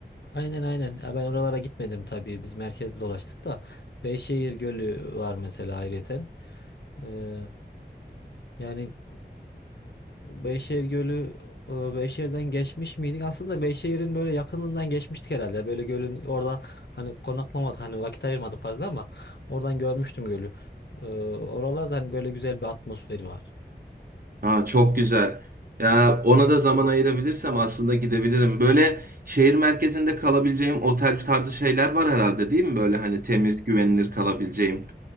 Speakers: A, on the left (about 65°); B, on the right (about 50°).
A: Aynen aynen. Ya ben oralara gitmedim tabii. Biz merkezde dolaştık da. Beyşehir Gölü var mesela ayrıyeten. Ee, yani Beyşehir Gölü e, Beyşehir'den geçmiş miydik? Aslında Beyşehir'in böyle yakınından geçmiştik herhalde. Böyle gölün orada hani konaklamadık hani vakit ayırmadık fazla ama oradan görmüştüm gölü. E, Oralarda hani böyle güzel bir atmosferi var.
B: Ha, çok güzel. Ya ona da zaman ayırabilirsem aslında gidebilirim. Böyle şehir merkezinde kalabileceğim otel tarzı şeyler var herhalde değil mi? Böyle hani temiz, güvenilir kalabileceğim.